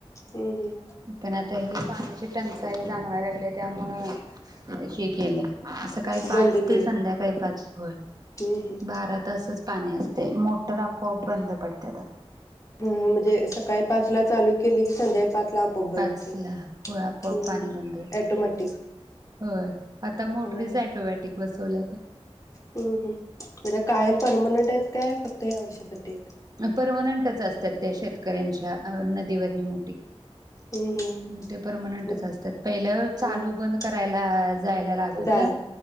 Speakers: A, on the left; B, on the right.
A: हम्म हम्म
B: पण आता पाण्याची टंचाई जाणवायला लागली आहे त्यामुळे हे केलंय असं काही पाच
A: बंद
B: ते
A: केलं.
B: संध्याकाळी पाच होय
A: हम्म हम्म
B: बारा तासच पाणी असतय मोटर आपोआप बंद पडतात.
A: हम म्हणजे सकाळी पाच ला चालू केली की संध्या पाच ला आपआप बंद
B: पाच
A: होतात
B: ला होय आपोआप
A: हम
B: पाणी बंद होते
A: ऑटोमॅटिक.
B: होय आता मोटरीच
A: हम्म
B: ऑटोमॅटिक बसवल्याता
A: हम म्हणजे कायम परमनंट काय फक्त या वर्षासाठी आहेत.
B: परमनंटच असतात. त्या शेतकऱ्यांच्या नदीवरणी मोठी
A: हम्म हम्म
B: ते परमनंटच
A: मग
B: असतात पहिलं चालू
A: हम्म हम्म
B: बंद करायला जायला लागत
A: चालेल.